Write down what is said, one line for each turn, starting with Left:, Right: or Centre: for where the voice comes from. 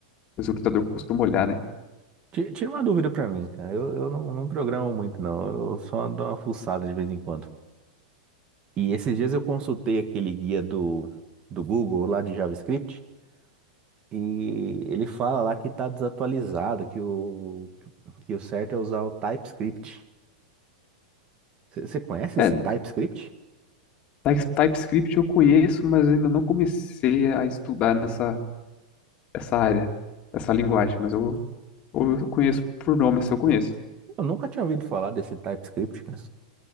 Left: o recrutador costuma olhar, né?
Right: Ti- Tira uma dúvida pra mim, cara. Eu, eu não, não programo muito, não. Eu só dou uma fuçada de vez em quando. E esses dias eu consultei aquele guia do, do Google lá de JavaScript e ele fala lá que tá desatualizado, que o, que o certo é usar o TypeScript. Você conhece
Left: É,
Right: esse TypeScript?
Left: Ty- TypeScript eu conheço, mas ainda não comecei a estudar nessa, essa área, essa linguagem, mas eu, eu conheço por nome, se eu conheço.
Right: Eu nunca tinha ouvido falar desse TypeScript, cara.